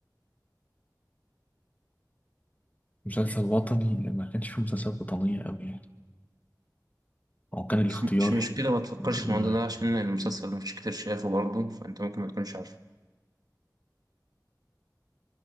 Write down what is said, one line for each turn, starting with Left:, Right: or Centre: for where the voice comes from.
Left: مسلسل وطني ما كانش فيه مسلسلات وطنية أوي يعني هو كان الاختيار
Right: بس مش مشكلة ما تفكرش
Left: و...
Right: في الموضوع ده عشان المسلسل ما فيش كتير شافه برضه فأنت ممكن ما تكونش عارفه